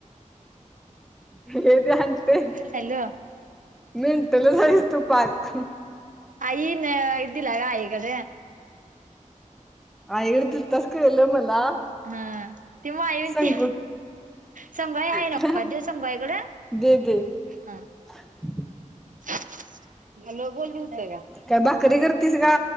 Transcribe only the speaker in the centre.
हे सांगतेय.
मेंटलच आहेस तु पाक.
आईकडे दिलतास कळलं मला.
सांगू
तिला
दे दे
<unintelligible>
काय भाकरी करतीस का